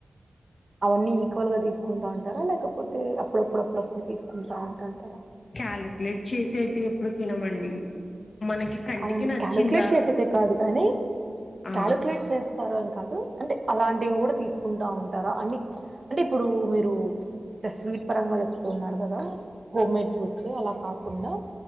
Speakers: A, on the right (about 45°); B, on the left (about 60°).
A: అవన్నీ ఈక్వల్గా తీసుకుంటా ఉంటారా లేకపోతే అప్పుడప్పుడప్పుడప్పుడు తీసుకుంటా ఉంటా అంటార
B: క్యాలిక్యులేట్ చేసైతే ఎప్పుడు తినమండి మనకి కంటికి
A: కాదండి
B: నచ్చిందా
A: క్యాలుక్యులేట్ చేసైతే కాదు కానీ
B: ఆ
A: క్యాలుక్యులేట్ చేస్తారు అని కాదు అంటే అలాంటివి కూడా తీసుకుంటా ఉంటారా అన్ని అంటే ఇప్పుడు మీరు స్వీట్ పరంగా చెప్తు ఉన్నారు కదా హోమ్ మేడ్ ఫ్రూడ్స్ అలా కాకుండా